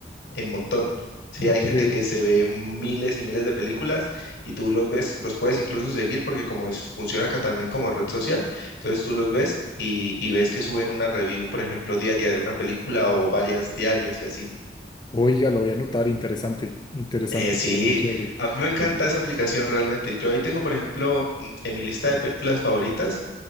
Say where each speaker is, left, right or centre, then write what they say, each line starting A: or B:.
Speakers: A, on the left (about 85°); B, on the left (about 25°).
A: en montón. Sí,
B: Ok.
A: hay gente que se ve miles y miles de películas y tú los ves, los puedes incluso seguir porque como es, funciona acá también como red social, entonces tú los ves y, y ves que suben una review, por ejemplo, diaria de una película o varias diarias y así.
B: Oiga, lo voy a anotar, interesante, interesante,
A: Eh, sí,
B: algo chévere.
A: a mí me encanta esa aplicación realmente. Yo ahí tengo, por ejemplo, mm, en mi lista de películas favoritas,